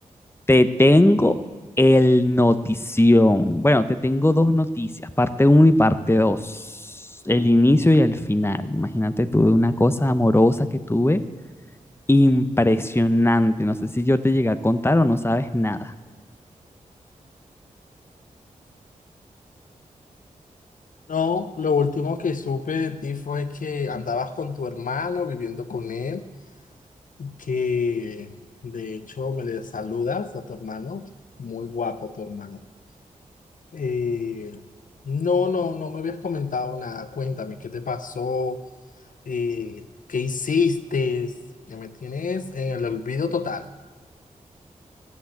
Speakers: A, on the left; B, on the left.
A: te tengo el notición. Bueno, te tengo dos noticias, parte uno y parte 2, el inicio y el final. Imagínate, tuve una cosa amorosa que tuve impresionante. No sé si yo te llegué a contar o no sabes nada.
B: No, lo último que supe de ti fue que andabas con tu hermano viviendo con él, que de hecho me le saludas a tu hermano. Muy guapo tu hermano. Eh, no, no, no me habías comentado nada. Cuéntame, ¿qué te pasó? Eh, ¿qué hiciste? Que me tienes en el olvido total.